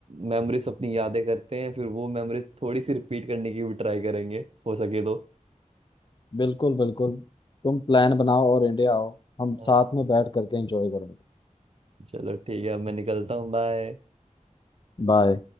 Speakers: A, on the right; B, on the left.
A: मेमोरीज अपनी यादें करते हैं फिर वो मेमोरीज थोड़ी सी रिपीट करने की भी ट्राई करेंगे हो सके तो
B: बिल्कुल बिल्कुल तुम प्लान बनाओ और इंडिया आओ हम
A: हाँ।
B: साथ में बैठ करके एंजॉय करेंगे
A: चलो ठीक है अब मैं निकलता हूँ बाय
B: बाय